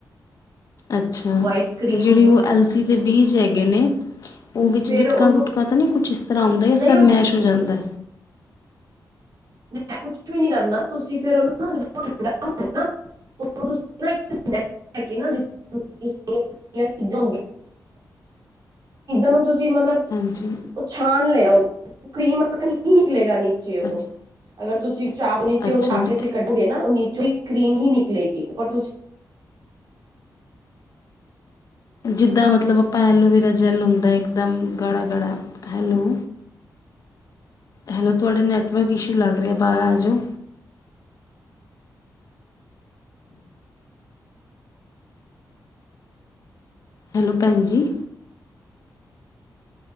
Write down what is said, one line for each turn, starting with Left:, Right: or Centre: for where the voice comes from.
Left: ਅੱਛਾ
Right: ਵਾਈਟ ਕਰੀਮ
Left: ਤੇ ਜੇੜੇ ਓ ਅਲਸੀ ਦੇ ਬੀਜ਼ ਹੈਗੇ ਨੇ। ਓ ਵਿੱਚ
Right: ਫੇਰ
Left: ਗਿੱਟਕਾ
Right: ਉਹਨੂੰ
Left: ਗੁਟਕਾਂ ਤਾਂ ਨਈ ਕੁਛ ਇਸ ਤਰ੍ਹਾਂ ਆਉਂਦਾ ਜਾ
Right: ਨਹੀਂ
Left: ਸਭ
Right: ਉਹ
Left: ਮੈਸ਼ ਹੋ ਜਾਂਦਾ।
Right: ਮੈਂ ਕੁਛ ਵੀ ਨੀ ਕਰਨਾ ਤੁਸੀਂ ਪਰ ਫਿਰ ਉਨੂੰ ਨਾ <unintelligible> ਉਤੋਂ ਤੁਸੀਂ ਨਾ ਇੱਕ ਲੈ ਕੇ ਨਾ ਜੀ। ਉਸ <unintelligible> ਚੀਜ਼ਾਂ ਨੂੰ ਤੁਸੀਂ ਮਤਲਬ
Left: ਹਾਂਜੀ
Right: ਓ ਛਾਣ ਲੈਣਾਂ ਉਨੂੰ ਕਰੀਮ ਨਿਕਲੇਗਾ ਨੀਚੇ
Left: ਅੱਛਾ
Right: ਓ ਅਗਰ ਤੁਸੀਂ ਚਾਪ ਨੀਚੇ
Left: ਅੱਛਾ
Right: ਉਨੂੰ ਪਾ
Left: ਜੀ।
Right: ਕੇੇ ਕੱਢੋਗੇ ਨਾ ਓ ਨੀਚੇ ਕਰੀਮ ਹੀ ਨਿਕਲੇਗੀ ਉੱਪਰ ਤੁਸੀਂ
Left: ਜਿੱਦਾਂ ਮਤਲਬ ਆਪਾਂ ਐਲੋਵੇਰਾ ਜੈੱਲ ਹੁੰਦਾ ਇੱਕਦਮ ਗਾੜਾਂ-ਗਾੜਾਂ ਹੈਲੋ। ਹੈਲੋ ਤੁਹਾਡੇ ਨੈੱਟਵਰਕ ਇਸ਼ੂ ਲੱਗ ਰਿਆ ਬਾਰ ਆ ਜਾਓ। ਹੈਲੋ ਭੈਣ ਜੀ।